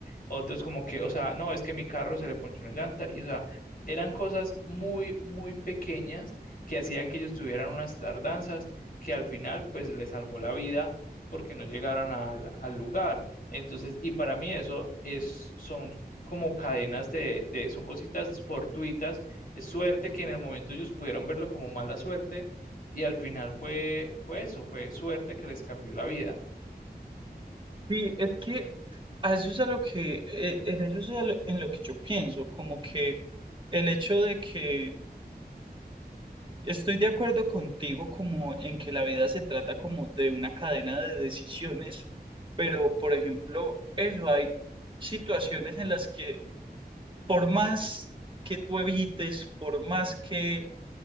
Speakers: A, on the left; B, on the right.
A: Otros como que, o sea, no, es que mi carro se le ponchó una llanta y, o sea, eran cosas muy, muy pequeñas que hacían que ellos tuvieran unas tardanzas que al final pues les salvó la vida porque no llegaron al, al lugar. Entonces, y para mí eso es, son como cadenas de, de, son cositas fortuitas, es suerte que en el momento ellos pudieron verlo como mala suerte, y al final fue, fue eso, fue suerte que les cambió la vida.
B: Sí, es que a eso es a lo que, eh, en eso es a lo- en lo que yo pienso, como que el hecho de que estoy de acuerdo contigo como en que la vida se trata como de una cadena de decisiones, pero por ejemplo, eso hay situaciones en las que por más que tú evites, por más que